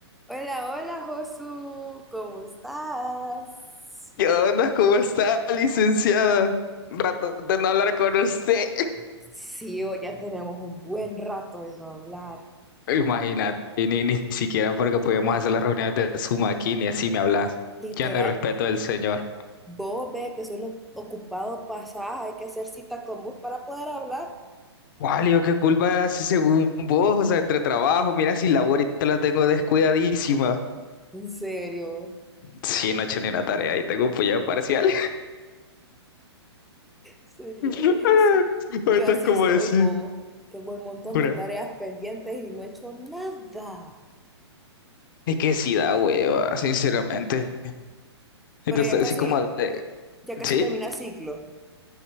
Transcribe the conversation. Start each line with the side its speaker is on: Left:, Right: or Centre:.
Centre: Hola, hola Josu, ¿cómo estás?
Left: ¿Qué onda? ¿Cómo está, licenciada? Rato de no hablar con usted.
Centre: Sí, hoy ya tenemos un buen rato de no hablar.
Left: Imagínate,
Centre: Mm,
Left: y ni, ni siquiera porque podíamos hacer las reuniones de Zoom aquí, ni así me hablas.
Centre: Literal,
Left: Ya no hay respeto del señor.
Centre: vos ve que solo ocupado pasás, hay que hacer cita con vos para poder hablar.
Left: Walio, qué culpa si según vos, o sea, entre trabajo, mira si la ahorita la tengo descuidadísima.
Centre: En serio,
Left: Sí, no he hecho ni una tarea y tengo un puñado parcial.
Centre: sería
Left: <laughs>
Centre: eso. Yo
Left: Ahorita
Centre: así
Left: es como
Centre: estoy,
Left: decir,
Centre: bobo. Tengo un montón
Left: pura.
Centre: de tareas pendientes y no he hecho nada.
Left: Es que sí da hueva, sinceramente. Entonces,
Centre: Pero ya casi,
Left: así como de,
Centre: ya casi
Left: sí,
Centre: termina ciclo.